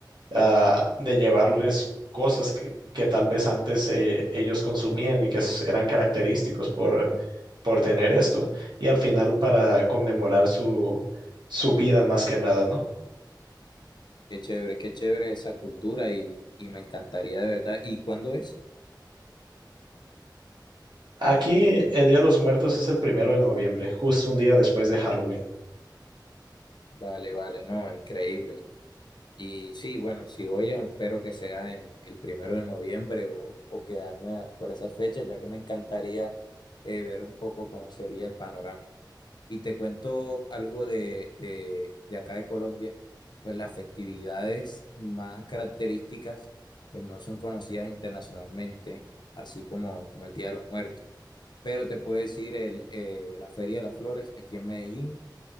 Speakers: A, on the right; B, on the left.
A: ah, de llevarles cosas que, que tal vez antes eh, ellos consumían y que s- eran característicos por, por tener esto, y al final para conmemorar su, su vida más que nada, ¿no?
B: Qué chévere, qué chévere esa cultura y, y me encantaría de verdad. ¿Y cuándo es?
A: Aquí el Día de los Muertos es el primero de noviembre, justo un día después de Halloween.
B: Vale, vale, no, increíble. Y sí, bueno, si voy, espero que sea en el primero de noviembre o, o quedarme a- por esa fecha, ya que me encantaría eh, ver un poco cómo sería el panorama. Y te cuento algo de, de, de acá de Colombia, pues las festividades más características, pues no son conocidas internacionalmente, así como, como el Día de los Muertos. Pero te puedo decir el, eh, la Feria de las Flores aquí en Medellín